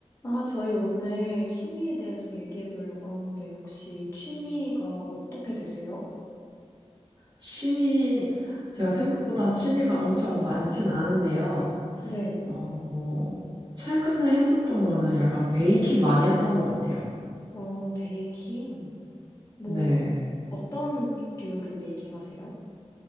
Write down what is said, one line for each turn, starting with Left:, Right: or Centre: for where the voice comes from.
Left: 아, 저희 오늘 취미에 대해서 얘기해 보려고 하는데, 혹시 취미가 어떻게 되세요?
Right: 취미, 제가 생각보다 취미가 엄청 많진 않은데요.
Left: 네.
Right: 어, 어, 최근에 했었던 거는 약간 베이킹 많이 했던 것 같아요.
Left: 어, 베이킹. 뭐,
Right: 네.
Left: 어떤 류를 베이킹 하세요?